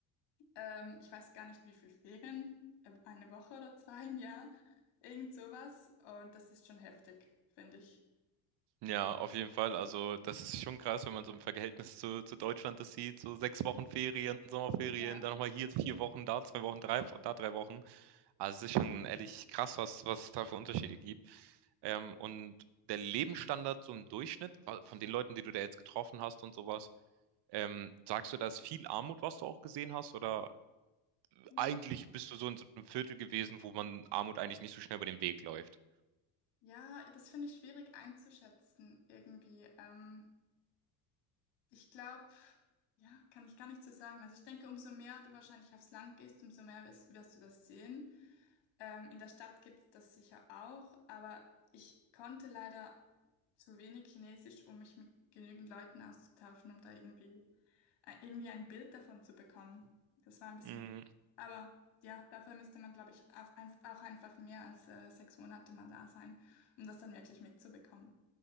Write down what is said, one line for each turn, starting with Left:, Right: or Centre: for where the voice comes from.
Left: Ähm, ich weiß gar nicht, wie viel Ferien, äh, eine Woche oder zwei im Jahr, irgend sowas und das ist schon heftig, finde ich.
Right: Ja, auf jeden Fall. Also, das ist schon krass, wenn man so im Verhältnis zu, zu Deutschland das sieht. So sechs Wochen Ferien, Sommerferien,
Left: Ja.
Right: dann nochmal hier vier Wochen, da zwei Wochen, drei, da drei Wochen. Also es ist schon ehrlich krass, was, was es da für Unterschiede gibt. Ähm, und der Lebensstandard so im Durchschnitt wa- von den Leuten, die du da jetzt getroffen hast und sowas, ähm, sagst du, da ist viel Armut, was du auch gesehen hast? Oder
Left: Mhm.
Right: eigentlich bist du so in so einem Viertel gewesen, wo man Armut eigentlich nicht so schnell über den Weg läuft?
Left: Ja, das finde ich schwierig einzuschätzen irgendwie. Ähm, ich glaube, ja, kann ich gar nicht so sagen. Also ich denke, umso mehr du wahrscheinlich aufs Land gehst, umso mehr wirst, wirst du das sehen. Ähm, in der Stadt gibt es das sicher auch, aber ich konnte leider zu wenig Chinesisch, um mich mit genügend Leuten auszutauschen, um da irgendwie äh, irgendwie ein Bild davon zu bekommen. Das war ein bisschen.
Right: Mhm.
Left: Aber ja, dafür müsste man, glaube ich, auf, einf- auch einfach mehr als äh, sechs Monate mal da sein, um das dann wirklich mitzubekommen.